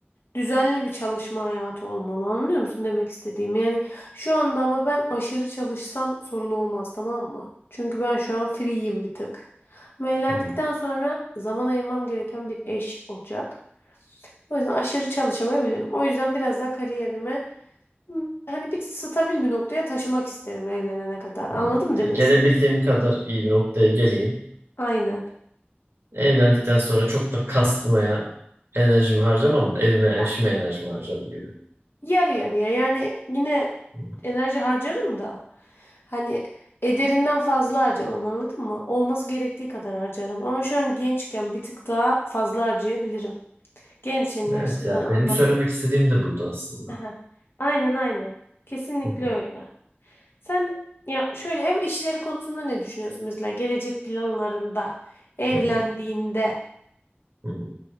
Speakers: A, on the left (about 70°); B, on the right (about 85°).
A: düzenli bir çalışma hayatı olmalı. Anlıyor musun demek istediğimi? Yani şu anda ama ben aşırı çalışsam sorun olmaz tamam mı? Çünkü ben şu an free'yim bir tık. Ama evlendikten
B: Hı hı.
A: sonra zaman ayırmam gereken bir eş olacak. O yüzden aşırı çalışamayabilirim. O yüzden biraz daha kariyerime Hı. Hani bir stabil bir noktaya taşımak isterim evlenene kadar. Anladın
B: Hı
A: mı demek
B: Yani gelebildiğim
A: istedim?
B: kadar iyi bir noktaya geleyim.
A: Aynen.
B: Evlendikten sonra çok da kasmaya enerjimi harcamam da evime
A: Ya,
B: eşime enerjimi harcarım gibi.
A: Yarı yarıya yani yine
B: hı.
A: enerji harcarım da hani ederinden fazla harcamam anladın mı? Olması gerektiği kadar harcarım ama şu an gençken bir tık daha fazla harcayabilirim. Gençken
B: Evet
A: yaşlı
B: ya benim
A: anlamda.
B: söylemek istediğim de buydu aslında.
A: Aha. Aynen aynen. Kesinlikle
B: Hı hı.
A: öyle. Sen ya şöyle ev işleri konusunda ne düşünüyorsun mesela gelecek planlarında evlendiğinde?
B: Hı hı. Hı hı.